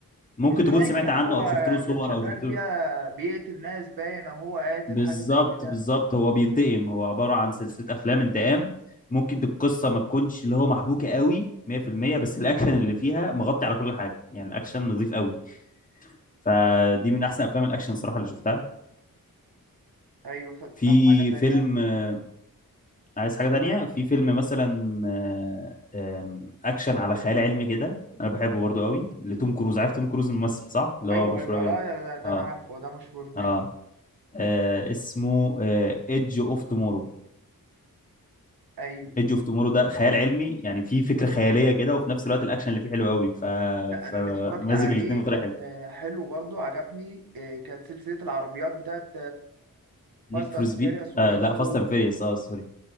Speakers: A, on the left (about 20°); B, on the right (about 80°).
A: ممكن
B: مش ده
A: تكون
B: باين
A: سمعت
B: كان
A: عنه
B: هو
A: او شفت له صور
B: كان شغال
A: او شفت له
B: فيها بيقتل ناس باين او هو قاتل
A: بالظبط
B: حاجه زي كده
A: بالظبط هو بينتقم هو عبارة عن سلسلة أفلام انتقام ممكن القصة ما تكونش اللي هو محبوكة قوي 100% بس الأكشن اللي فيها مغطي على كل حاجة يعني الأكشن نظيف قوي فدي من أحسن أفلام الأكشن صراحة اللي شفتها
B: ايوه ف...
A: في
B: طب حاجه تانية
A: فيلم آه، عايز حاجة تانية في فيلم مثلا آه، آم، أكشن على خيال علمي كده أنا بحبه برضو قوي لتوم كروز عارف توم كروز الممثل صح اللي
B: ايوه
A: هو مشهور
B: ايوه
A: قوي
B: لا
A: ده
B: ده, ده
A: اه
B: انا عارفه ده مشهور ده
A: اه آه، اسمه ايدج اوف تومورو
B: <laughs> ايوه
A: ايدج اوف تومورو ده خيال علمي يعني فيه فكره خياليه كده وفي نفس الوقت الاكشن اللي فيه حلو قوي ف
B: لا انا
A: فمزج
B: اللي اتفرجت عليه
A: الاثنين بطريقه
B: كان
A: حلوه
B: حلو برضو عجبني إيه، كانت سلسله العربيات بتاعت فاست
A: نيد فور
B: اند
A: سبيد
B: فيريوس والجماعه
A: آه لا فاست
B: دول
A: اند
B: كلهم
A: فيريوس اه سوري